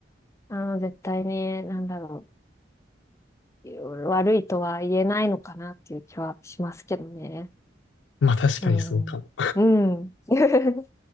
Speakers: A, on the left (about 15°); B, on the left (about 80°).
A: あの、絶対に、なんだろう、悪いとは言えないのかなっていう気はしますけどね。
B: まあ確かにそうかも。
A: うん。うん。<laughs>